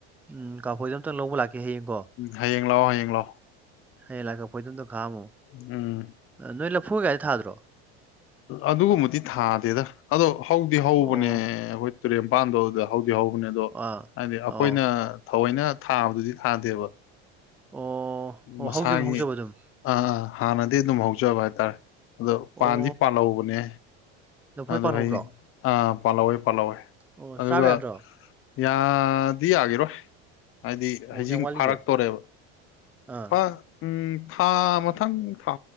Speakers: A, in the centre; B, on the left (about 45°).
A: ꯎꯝ ꯀꯥꯐꯣꯏꯗꯣ ꯑꯝꯇꯪ ꯂꯧꯕ ꯂꯥꯛꯀꯦ ꯍꯌꯦꯡꯀꯣ
B: ꯍꯌꯦꯡ ꯂꯥꯛꯑꯣ ꯍꯌꯦꯡ ꯂꯥꯛꯑꯣ
A: ꯍꯌꯦꯡ ꯂꯥꯛ ꯀꯐꯣꯏꯗꯣ ꯑꯝꯇꯪ ꯈꯥꯑꯝꯃꯣ
B: ꯎꯝ
A: ꯅꯣꯏ ꯂꯐꯣꯢꯒꯥꯗꯤ ꯊꯥꯗ꯭ꯔꯣ
B: ꯑꯗꯨꯒꯨꯝꯕꯗꯤ ꯊꯥꯗꯦꯗ ꯑꯗꯣ ꯍꯧꯗꯤ ꯍꯧꯕꯅꯦ
A: ꯑꯣ
B: ꯑꯈꯣꯏ ꯇꯨꯔꯦꯟ ꯄꯥꯟꯗꯣ ꯑꯗꯨꯗ ꯍꯧꯗꯤ ꯍꯧꯕꯅꯦ ꯑꯗꯣ
A: ꯑꯥ
B: ꯍꯥꯏꯗꯤ ꯑꯩꯈꯣꯏꯅ
A: ꯑꯣ
B: ꯊꯑꯣꯏꯅ ꯊꯥꯕꯗꯨꯗꯤ ꯊꯥꯗꯦꯕ
A: ꯑꯣ ꯑꯣ
B: ꯃꯁꯥꯒꯤ
A: ꯍꯧꯗꯤ ꯑꯗꯨꯝ ꯍꯧꯖꯕ ꯑꯗꯨꯝ
B: ꯑꯥ ꯍꯥꯟꯅꯗꯩ ꯑꯗꯨꯝ ꯍꯧꯖꯕ ꯍꯥꯏꯇꯥꯔꯦ ꯑꯗꯣ ꯄꯥꯟꯗꯤ
A: ꯑꯣ
B: ꯄꯥꯜꯍꯧꯕꯅꯦ
A: ꯂꯐꯣꯏ
B: ꯑꯗꯣ
A: ꯄꯥꯜꯍꯧꯕ꯭ꯔꯣ
B: ꯍꯌꯦ ꯑ ꯄꯥꯜꯂꯧꯋꯦ ꯄꯥꯜꯂꯧꯋꯦ
A: ꯑꯣ
B: ꯑꯗꯨꯒ
A: ꯆꯥꯕ ꯌꯥꯗ꯭ꯔꯣ
B: ꯌꯥꯗꯤ ꯌꯥꯒꯤꯔꯣꯏ ꯍꯥꯏꯗꯤ
A: ꯑꯣ
B: ꯍꯩꯖꯤꯡ
A: ꯀꯌꯥꯝ ꯋꯥꯠꯂꯤꯒꯦ
B: ꯐꯥꯔꯛꯇꯣꯔꯦꯕ
A: ꯑꯥ
B: ꯍ ꯎꯝ ꯊꯥ ꯃꯊꯪ ꯊꯥ